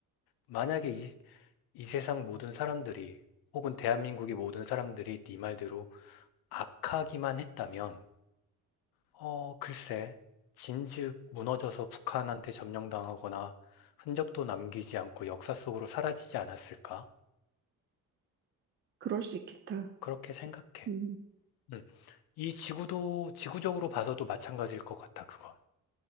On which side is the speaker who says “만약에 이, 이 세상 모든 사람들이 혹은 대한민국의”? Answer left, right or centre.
Left